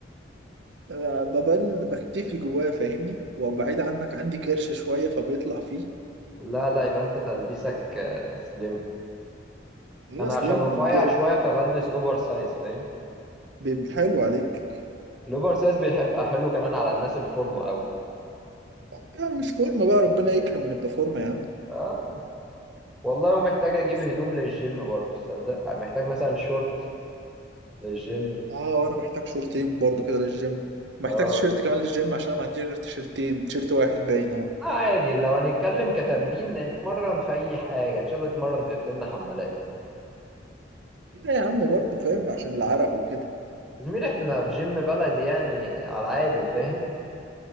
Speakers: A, on the right; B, in the centre.
A: أنا ببان بختفي جواه فاهمني وبعيد عنك عندي كرش شويه فبيطلع فيه
B: لا لا يبقى انت تلبسك آه، سليم
A: لا
B: انا
A: سلام
B: عشان رفيع
A: الج-
B: شويه فبلبس اوفر سايز فاهم
A: بيبقى حلو عليك
B: الاوفر سايز بيحب حلو كمان على الناس الفورمه قوي
A: آه، يعني مش فورمه بقى ربنا يكرم ونبقى فورمه يا عم
B: اه والله ومحتاج اجيب
A: لسه
B: هدوم للجيم برضو تصدق آه، محتاج مثلا شورت للجيم
A: اه وانا محتاج شورتين برضو كده للجيم ومحتاج
B: اه آه،
A: تيشيرت كمان للجيم عشان أنا ما عنديش غير تيشيرتين تيشيرت واحد باين اه
B: عادي لو هنتكلم كتمرين اتمرن في اي حاجه ان شاء الله اتمرن في فلنا حمالات
A: لا يا عم برضو فاهم عشان العرق وكده
B: زميلي احنا في جيم بلدي يعني على العادي فاهم